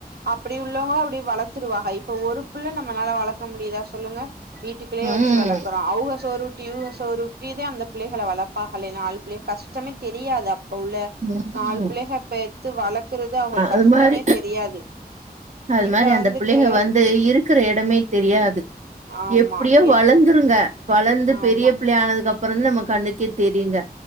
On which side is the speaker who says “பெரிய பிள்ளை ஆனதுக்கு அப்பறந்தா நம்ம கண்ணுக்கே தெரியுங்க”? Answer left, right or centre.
Right